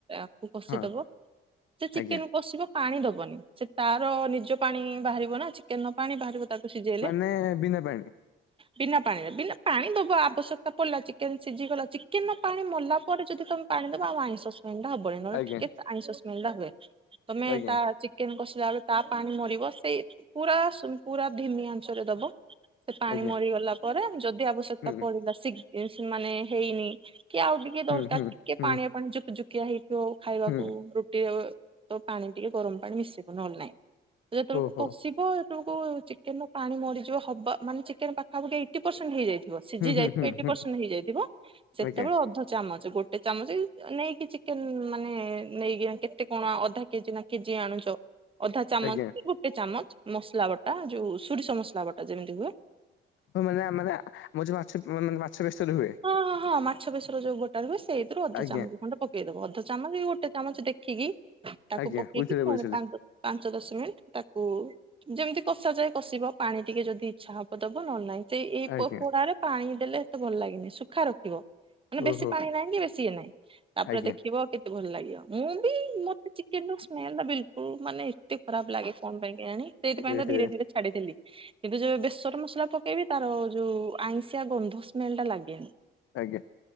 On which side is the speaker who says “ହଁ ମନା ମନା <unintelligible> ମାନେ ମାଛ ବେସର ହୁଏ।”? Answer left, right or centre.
Left